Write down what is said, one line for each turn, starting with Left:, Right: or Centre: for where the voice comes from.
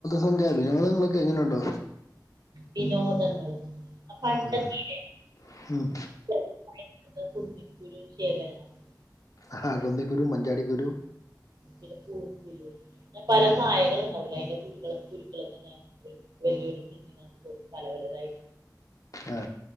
Left: സഞ്ചാര വിനോദങ്ങളൊക്കെ എങ്ങനൊണ്ട്
Right: വിനോദങ്ങള് പണ്ടൊക്കെ
Left: ഉം ഉം
Right: ഇല്ലെ കുന്നിക്കുരു ശേഖരണം
Left: ആഹ് കുന്നിക്കുരു മഞ്ചാടി കുരു
Right: പിന്നെ പുളിങ്കുരു പിന്നെ പല
Left: ഉം
Right: കായകൾ ഇണ്ടാവൂല്ലേ അതിന്റെ കുരു കുരുക്കളൊക്കെ ഞാൻ ഒരു വെല്യ ഒരു ടിന്നിനകത്ത് പല പലതായിട്ട്
Left: ആ